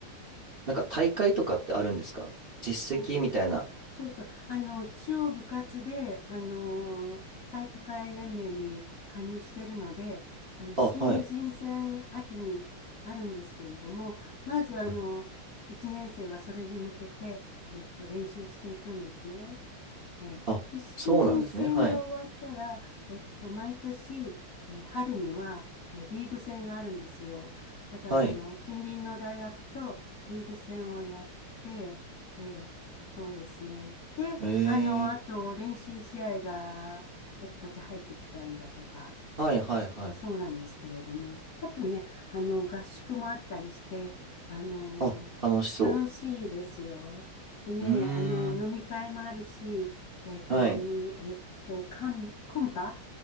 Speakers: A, on the right; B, on the left.
A: なんか大会とかってあるんですか実績みたいな。
B: そうですね。そうそう。あの、一応部活で、あの、体育会連盟に加入してるので、あの、
A: あ、
B: 新人戦秋にあるんですけれども、
A: はい。
B: まず、あの、
A: うん
B: 1年生はそれに向けて、えっと、練習していくんですね。えーで、
A: あ、
B: 新人戦が終わったら、
A: そうなんですね。はい。
B: えっと、毎年、えー春には、えーリーグ戦があるんですよ。だから、
A: はい。
B: あの、近隣の大学とリーグ戦をやって、えーそうですね。で、
A: えー。
B: あの、あと、練習試合が、ポチポチ入ってきたりだとかして、
A: はいはいはい。
B: まあそうなんですけれども、あとね、あの、合宿もあったりして、あの、
A: あ、楽しそ
B: 楽しいですよ。でね、
A: う。うーん。
B: あの、飲み会もあるし、えーたまに、
A: はい。う
B: えっと、カン、コンパ